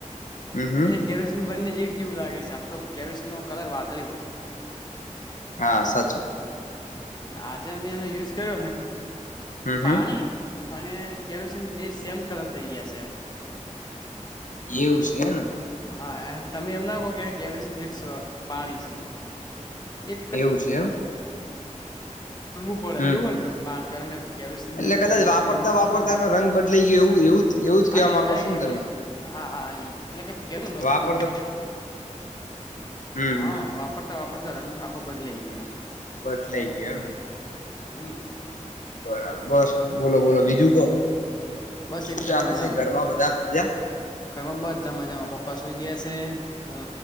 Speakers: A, on the left; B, on the left.
A: હમ હમ
B: એ કે બને એક જેવું લાગે છે આમ તો કેરોસીન નો કલર વાદળી હોય
A: હા સાચું.
B: આજે અમે એનો યુઝ કર્યો ને
A: હમ
B: પાણી
A: હમ
B: અને કેરોસીન બે સેમ કલર થઈ ગયા છે આજે
A: એવું છે ને
B: હા તમે એમ ના કોહ કે કેરસજકસ પાણી છે. એક
A: એવું છે એમ
B: રંગું પડેે
A: હમ
B: <unintelligible> કેરોસીનને
A: એટલે કદાચ
B: કેરોસીન
A: વાપરતા
B: રેડું ખરા
A: વાપરતા
B: ડબુ
A: એનો રંગ બદલાઈ ગયો એવું એવું એવું જ કેવા
B: હા
A: માંગો છો ને
B: એટલે
A: તમે
B: હા હા એ જ એટલે કે કે
A: વાપરતા
B: નથી
A: હમ
B: હા
A: હમ
B: વાપરતા વાપરતા રંગ આખો બદલાઈ ગયો
A: બદ લાઈ ગયો એમ
B: હમ
A: બરાબર બસ બોલો બોલો બીજું કો
B: બસ
A: શું
B: એકદમ
A: ચાલે
B: મજામાં
A: છે ઘરમાં બધા મજા
B: ઘરમાં બધા મજામાં પપ્પા સુઈ ગયા છે. તે અ